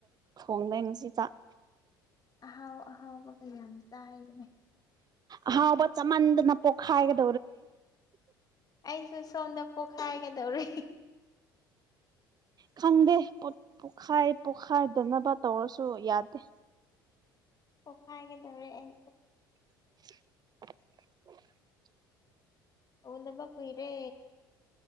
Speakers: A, on the right; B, on the left.
A: ꯊꯣꯡꯗꯩ ꯉꯁꯤ ꯆꯥꯛ
B: ꯑꯍꯥꯎ ꯑꯍꯥꯎꯕ ꯀꯌꯥꯝ ꯆꯥꯏꯒꯅꯤ
A: ꯑꯍꯥꯎꯕ ꯆꯃꯟꯗꯅ ꯄꯣꯛꯈꯥꯏꯒꯗ
B: ꯑꯩꯁꯨ ꯁꯣꯝꯗ ꯄꯣꯛꯈꯥꯏꯒꯗꯧꯔꯦ
A: ꯈꯪꯗꯦꯠ ꯄꯣꯈꯥꯏ ꯄꯣꯈꯥꯏꯗꯅꯕ ꯇꯧꯔꯁꯨ ꯌꯥꯗꯦ
B: ꯄꯣꯛꯈꯥꯏꯒꯗꯧꯔꯦ ꯑꯩ
A: <unintelligible>
B: ꯑꯣꯗꯃ ꯀꯏꯔꯦ